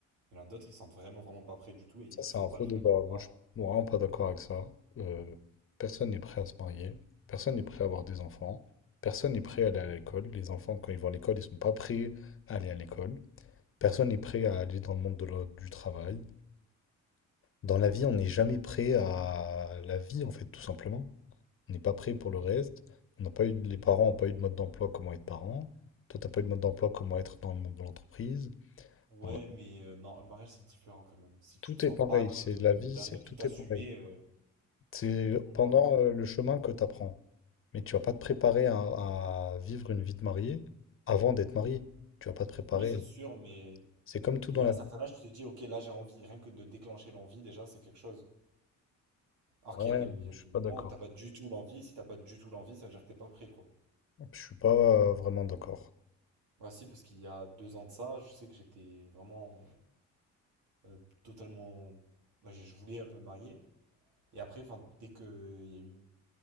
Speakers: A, on the right; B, on the left.
A: Il y en a d'autres, ils sentent vraiment, vraiment pas prêts du tout et il
B: Ça,
A: ne
B: c'est
A: faut
B: un
A: pas
B: faux
A: le faire.
B: débat. Moi,
A: Ah.
B: je suis vraiment pas d'accord avec ça. Euh, personne n'est prêt à se marier. Personne n'est prêt à avoir des enfants. Personne n'est prêt à aller à l'école. Les enfants, quand ils vont à l'école, ils sont pas prêts à aller à l'école. Personne n'est prêt à aller dans le monde de l'o- du travail. Dans la vie, on n'est jamais prêt à la vie, en fait, tout simplement. On n'est pas prêt pour le reste. On n'a pas eu, les parents n'ont pas eu de mode d'emploi comment être parent. Toi, t'as pas eu de mode d'emploi comment être dans le monde de l'entreprise.
A: Ouais,
B: On a-
A: mais euh, non, le mariage, c'est différent quand même. Si
B: Tout
A: tu te sens
B: est pareil.
A: pas de,
B: C'est
A: de,
B: la
A: de,
B: vie,
A: d'a-
B: c'est
A: de tout
B: tout
A: assumer,
B: est pareil.
A: euh,
B: C'est
A: non.
B: pendant euh, le chemin que tu apprends. Mais tu vas pas te préparer à, à vivre une vie de marié avant d'être marié. Tu vas pas te préparer.
A: Oui, c'est sûr, mais,
B: C'est comme tout
A: mais
B: dans
A: à
B: la
A: un certain
B: vie.
A: âge, tu te dis, ok, là, j'ai envie. Rien que de déclencher l'envie, déjà, c'est quelque chose. Alors
B: Ouais,
A: qu'il y a des, il y a
B: je
A: des
B: suis
A: moments
B: pas d'accord.
A: où t'as pas du tout l'envie. Si t'as pas du tout l'envie, ça veut dire que t'es pas prêt, quoi.
B: Je suis pas euh, vraiment d'accord.
A: Bah si, parce qu'il y a deux ans de ça, je sais que j'étais vraiment euh, euh, totalement... Moi, je je voulais un peu me marier. Et après, enfin, dès qu'il y a eu